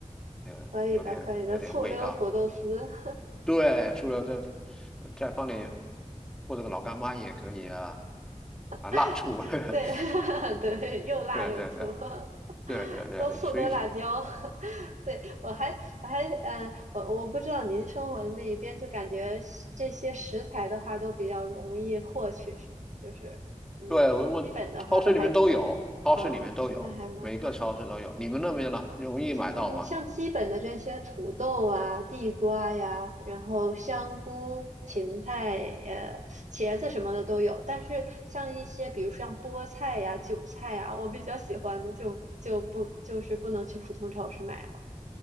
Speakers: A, in the centre; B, on the right (about 70°).
A: 呃，
B: 可以的，
A: 有点有点味道。
B: 可以的，醋溜土豆丝，<laughs>
A: 对，除了这，呃再放点或者个老干妈也可以啊。啊，辣醋，
B: 嗯对
A: <laughs>
B: <laughs> 对，又辣又醋，
A: 对对对
B: <laughs>
A: 对对对，
B: 多醋多辣椒。
A: 所以说，
B: <laughs> 对，我还我还嗯，呃我我不知道您生活的那一边，就感觉是这些食材的话都比较容易获取，是吗就是嗯，
A: 对我们超市里面都有，
B: 基本的话都还
A: 超市里面都有，
B: 嗯，那还蛮好。
A: 每个超市都有。你们那边呢，容易买到吗？
B: 嗯，像基本的这些土豆啊、地瓜呀，然后香菇、芹菜、呃、茄子什么的都有。但是像一些，比如像菠菜呀、韭菜呀，我比较喜欢的就就不就是不能去普通超市买了。